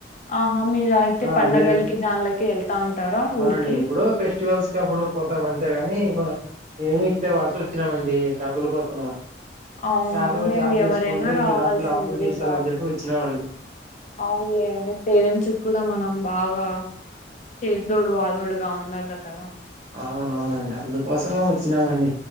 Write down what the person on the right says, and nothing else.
ఆ
మేము
అవునండి
ఫెస్టివల్స్ కి అప్పుడు ఎప్పుడో పోతాం అంతేగాని మీము ఇట్లే వలస వచ్చినామండి డబ్బుల కోసము
యాదో జాబ్
చేసుకోండి ఇంక
డబ్బులు అప్పులు తీర్సాలని
చెప్పి వచ్చినా మన్
అవును అవును అండి అందుకోసమే వచ్చినామండి